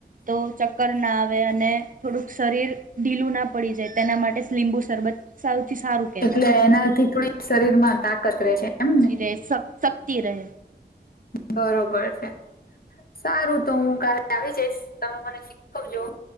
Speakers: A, on the right (about 50°); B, on the left (about 55°).
A: તો ચક્કર ના આવે અને થોડુંક શરીર, પીલું ના પડી જાય તેના માટે લીંબુ શરબત, સૌથી સારું કહેવાય
B: એટલે એનાથી થોડી શરીર માં તાકાત રહેશે એમ ને,
A: તે શ શક્તિ રહે,
B: બરોબર છે સારું તો હું કાલે આવી જઈશ. તમે મને શીખવજો,